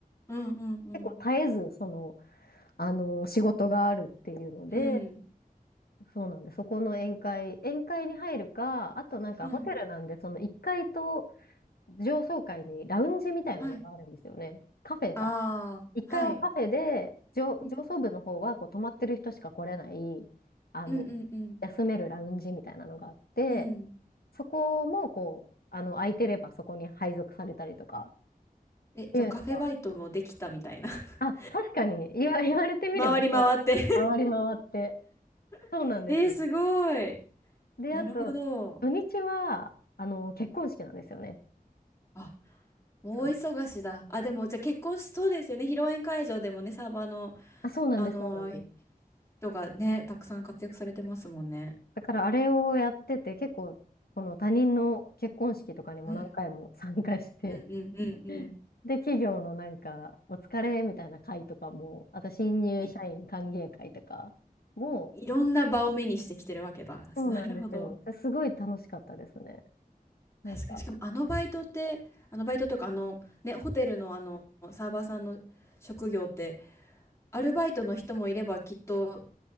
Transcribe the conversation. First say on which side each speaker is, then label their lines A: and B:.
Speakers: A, on the left; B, on the left.
A: うんうんうん。
B: 結構絶えず、その、あの、仕事があるっていうので、
A: うん。
B: そうなんで、そこの宴会、宴会に入るか、あとなんかホテルなんで、
A: うん。
B: その1階と上層階にラウンジみたいなのがあるんですよね。
A: はい。
B: カフェか。
A: ああ、
B: 一階はカフェで、
A: はい。
B: 上、
A: うん
B: 上層部の方はこう泊まってる人しか来れない、あの、
A: うんうんうん。
B: 休めるラウンジみたいなのがあって、
A: うん。
B: そこもこう、あの、空いてればそこに配属されたりとか
A: え、
B: っていうのが、
A: じゃあカフェバイトもできたみたいな。<laughs>
B: あ、確かに言わ、言われてみればそう、
A: 回り回って
B: 回り回って。そうなんですよ。
A: <laughs> えー、すごい。
B: で、
A: なるほど。
B: あと、土日は、あの、結婚式なんですよね。
A: あ、大忙しだ。
B: そう。
A: あ、でも、じゃあ結婚しそうですよね。披露宴会場でもね、サーバーの、
B: あ、そうなんです、
A: あのー
B: そうなんです。
A: 人がね、たくさん活躍されてますもんね。
B: だからあれをやってて、結構、この他人の結婚式とかにも何回も参加して、
A: うん。うんうんうんうん。
B: <laughs> で、企業のなんか、お疲れみたいな会とかも、あと新入社員歓迎会とかも、
A: い、いろんな場を目にしてきてるわけだ。<laughs>
B: そうなんですよ。
A: なるほど。
B: すごい楽しかったですね。なんか、
A: 確かに、しかもあのバイトって、あのバイトというか、あの、ね、ホテルのあの、サーバーさんの職業って、アルバイトの人もいれば、きっと